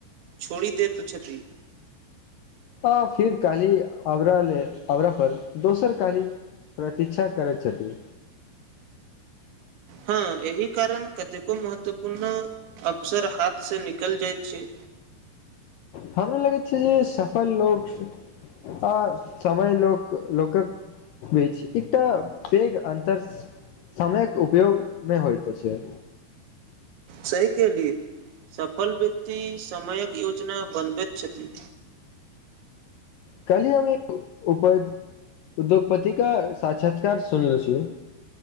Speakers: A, on the right (about 80°); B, on the left (about 75°).
A: छोड़ि दैत छथिन।
B: आ फिर काली आरा लेल, आबरा पर, दोसर काली प्रतीक्षा करैत छथि।
A: हँ इही कारण! कतेको महत्वपूर्ण अवसर, हाथ से निकल जाइत छैय।
B: हमरा लगे छैय जे सफल लोग! आ। समय लोक- लोकक बीच, एकटा पैघ अन्तर समयक उपयोगमे होइत छैय।
A: सहि के लिए सफल व्यक्ति, समयक योजना बनबैत छथि।
B: काल्हि हम एकप उद्योगपतिका साक्षात्कार सुनले छी,